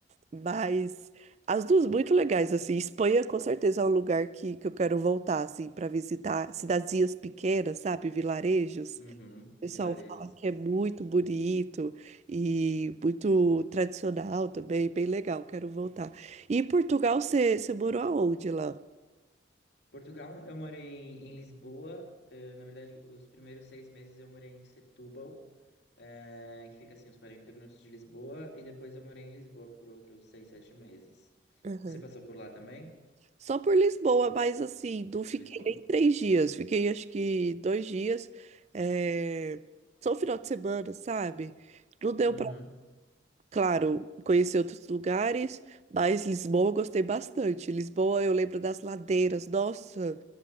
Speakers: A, on the right; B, on the left.
A: Mas as duas muito legais, assim. Espanha com certeza é um lugar que, que eu quero voltar, assim, para visitar cidadezinhas pequenas, sabe? Vilarejos.
B: Uhum,
A: O pessoal
B: vilarejos.
A: fala que é muito bonito e muito tradicional também, bem legal, quero voltar. E em Portugal, você você morou aonde lá?
B: Portugal, eu morei em Lisboa. eh, na verdade, os primeiros seis meses eu morei em Setúbal, eh, que fica assim uns 40 minutos de Lisboa, e depois eu morei em Lisboa por outros seis, sete meses.
A: Aham.
B: Você passou por lá também?
A: Só por Lisboa, mas assim, não fiquei
B: Por Lisboa?
A: nem três dias, fiquei acho que dois dias, é, só o final de semana, sabe? Não deu
B: Uhum.
A: pra, claro, conhecer outros lugares, mas Lisboa eu gostei bastante. Lisboa eu lembro das ladeiras, nossa,